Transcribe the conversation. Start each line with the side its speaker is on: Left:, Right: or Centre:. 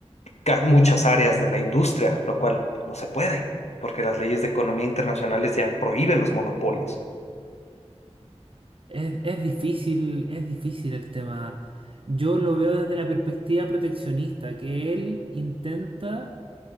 Left: ca- muchas áreas de la industria, lo cual pues, no se puede, porque las leyes de economía internacionales ya prohíben los monopolios.
Right: Es, es difícil, es difícil el tema. Yo lo veo desde la perspectiva proteccionista, que él intenta